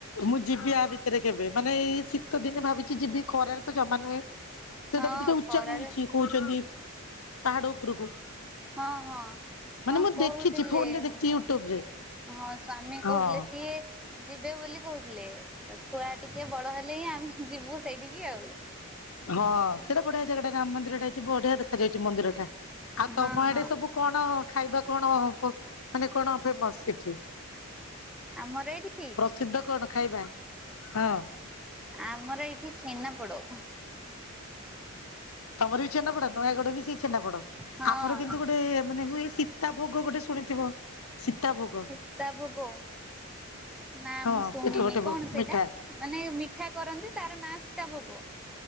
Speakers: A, on the left; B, in the centre.
A: ମୁଁ ଯିବି ଆ ଭିତରେ କେବେ ମାନେ ଏଇ ଶୀତ ଦିନେ ଭାବିଛି ଯିବି ଖରାରେ ତ ଜମା ନୁହେଁ ସେଇଟା
B: ହଁ
A: ବି ଟିକେ ଉଚ୍ଚାକୁ
B: ଖରାରେ
A: ହେଇଛି କହୁଛନ୍ତି ପାହାଡ ଉପରକୁ
B: ହଁ ହଁ
A: ମାନେ
B: ହଁ
A: ମୁଁ
B: କହୁଥିଲେ
A: ଦେଖିଛି ଫୋନରେ ଦେଖିଛି
B: ମାଉସୀ।
A: ୟୁଟ୍ୟୁବ ରେ
B: ହଁ ସ୍ଵାମୀ
A: ହଁ।
B: କହୁଥିଲେ କି ଯିବେ ବୋଲି କହୁଥିଲେ ତ ଛୁଆ ଟିକେ ବଡ ହେଲେ ହିଁ ଆମେ ଯିବୁ ସେଇଠିକି ଆଉ।
A: ହଁ ସେଇଟା ବଢିଆ ଜାଗ ଗଟା ରାମ ମନ୍ଦିରା ଟା ହେଇଛି ବଢିଆ ଦେ ଖାଯାଉଛି ମନ୍ଦିର ଟା ଆଉ ତମ
B: ହଁ
A: ଆଡେ
B: ହଁ
A: ସବୁ କଣ ଖାଇବା କଣ ମାନେ କଣ ଫେମସ ସେଠି
B: ଆମର ଏଇଠି
A: ପ୍ରସିଦ୍ଧ କଣ? ଖାଇବା ହଁ
B: ଆମର ଏଇଠି ଛେନାପୋଡ।
A: ତମର ବି ଛେନାପଡା ନୟାଗଡ ବି ସେଇ ଛେନାପଡ।
B: ହଁ
A: ଆମର କିନ୍ତୁ ଗୋଟେ ମାନେ ହୁଏ ଶୀ ତା ଭୋଗ ଗୋଟେ ଶୁଣିଥିବ? ସୀତା ଭୋଗ
B: ସୀତା ଭୋଗ ନା
A: ହଁ
B: ମୁଁ ଶୁଣିନି
A: ସେଇଟା ଗୋଟେ
B: କଣ
A: ମିଠା।
B: ସେଟା? ମାନେ ମିଠା କରନ୍ତି ତାର ନାଁ ସୀତା ଭୋଗ।